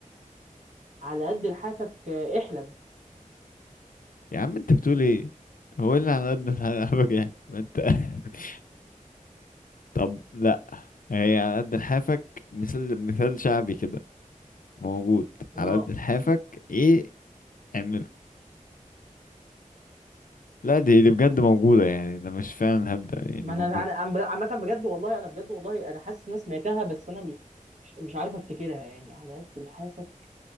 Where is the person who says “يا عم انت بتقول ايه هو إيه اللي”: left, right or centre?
Left